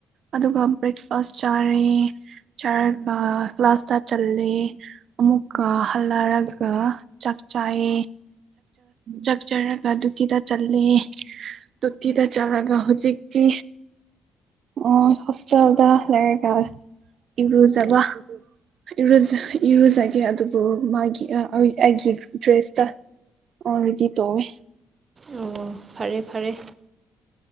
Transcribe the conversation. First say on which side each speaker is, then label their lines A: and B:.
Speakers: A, on the right; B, on the right.
A: ꯑꯗꯨꯒ ꯕ꯭ꯔꯦꯛꯐꯥꯁ ꯆꯥꯔꯦ ꯆꯔ ꯀ꯭ꯂꯥꯁꯇ ꯆꯂꯦ ꯑꯃꯨꯛ ꯍꯜꯂꯔꯒ ꯆꯥꯛ ꯆꯥꯏꯑ ꯆꯥꯛꯆꯔꯒ ꯑꯗꯨ ꯇꯀꯤꯗ ꯆꯠꯂꯦ ꯇꯣꯀꯤꯗ ꯆꯠꯂꯒ ꯍꯧꯖꯤꯛꯇꯤ ꯑꯣ ꯁꯁꯥ ꯑꯣꯗ ꯂꯩꯦ ꯀꯥꯜ ꯏꯕꯨ꯭ꯔ ꯆꯕ ꯏꯔ ꯏꯔꯨꯖꯒꯦ ꯑꯗꯨꯕꯨ ꯃꯥꯒꯤ ꯑꯩꯒꯤ ꯗ꯭ꯔꯦꯁꯇ ꯑꯣ ꯏꯗꯤ ꯇꯣꯋꯦ
B: ꯑꯣ ꯐꯔꯦ ꯐꯔꯦ